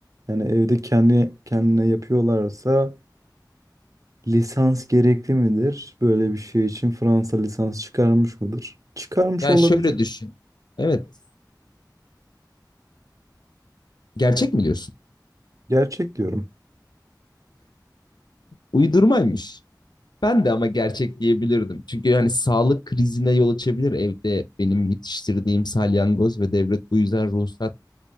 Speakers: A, on the right; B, on the left.
A: yani evde kendi kendine yapıyorlarsa lisans gerekli midir? Böyle bir şey için Fransa lisans çıkarmış mıdır? Çıkarmış
B: Yani
A: olabilir.
B: şöyle düşün. Evet. Gerçek mi diyorsun?
A: Gerçek diyorum.
B: Uydurmaymış. Ben de ama gerçek diyebilirdim. Çünkü yani sağlık krizine yol açabilir evde benim yetiştirdiğim salyangoz ve devlet bu yüzden ruhsat